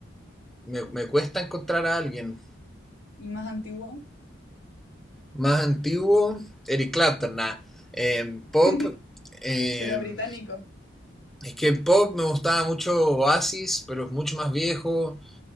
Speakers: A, in the centre; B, on the left.
A: me, me cuesta encontrar a alguien.
B: Y más antiguo,
A: Más antiguo, Eric Clapton, nada. Eh, pop,
B: <laughs>
A: eh,
B: pero británico.
A: es que el pop me gustaba mucho Oasis, pero es mucho más viejo.